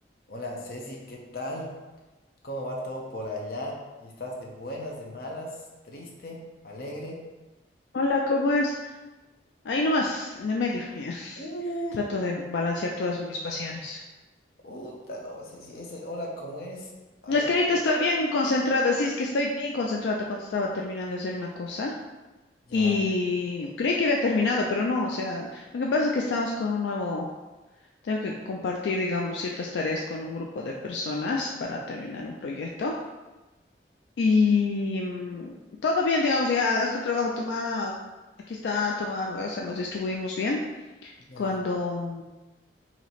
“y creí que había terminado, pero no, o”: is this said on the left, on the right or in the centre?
Left